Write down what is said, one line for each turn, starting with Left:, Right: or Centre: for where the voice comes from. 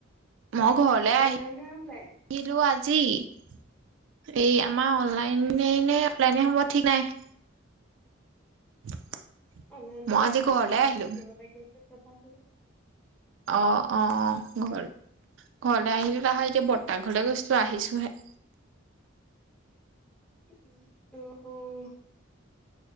Right: মই ঘৰলে আহি
Centre: অনলাইন নে অফলাইন
Right: আহিলো আজি জি এই আমাৰ অনলাইনে নে প্লাইনি সমব ঠিক নাই <unintelligible> <inaudible>
Centre: অ মে
Right: মই আজি
Centre: ভাল
Right: ঘৰলে
Centre: ঘতে
Right: আহিলো
Centre: হেৰি কৰিব পাৰি কিন্তু <unintelligible> কথাটো
Right: অ অ ঘৰ ঘৰলৈ আহিলো আহা এতিয়া বতাহ ঘৰলৈ গৈছো আহিছোহে
Centre: উম উম অ'